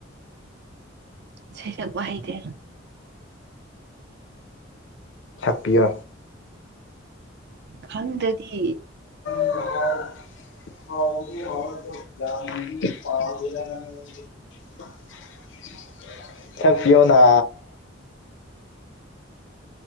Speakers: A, on the right; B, on the left.
A: ꯢꯁꯩ ꯁꯛꯄ ꯍꯩꯗꯦ
B: ꯁꯛꯄꯤꯌꯣ
A: ꯈꯪꯗꯗꯤ
B: <unintelligible> ꯁꯛꯄꯤꯌꯣꯅ